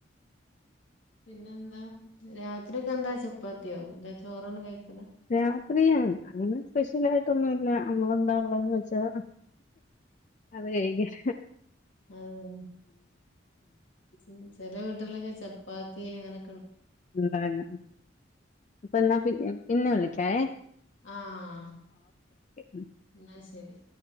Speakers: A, on the left; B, on the left.
A: പിന്നെന്താ? രാത്രിക്കെ എന്താ ചപ്പാത്തിയോ? പിന്നെ ചോറാണ് ക
B: രാത്രിയാണ് അങ്ങനെ സ്പെഷ്യൽ ആയിട്ടൊന്നുല്ല നമ്മളെന്താ ഒള്ളെന്ന് വെച്ചാ അത് കഴിക്ക.
A: ഓഹ് ചെ ചെല വീട്ടിലൊക്കെ ചപ്പാത്തി അങ്ങനെ
B: ഉണ്ടായിരുന്നു, മ് അപ്പ എന്നാ പിന് പിന്നെ വിളിക്കാവെ.
A: ആഹ്
B: ഉം
A: എന്നാ ശെരി.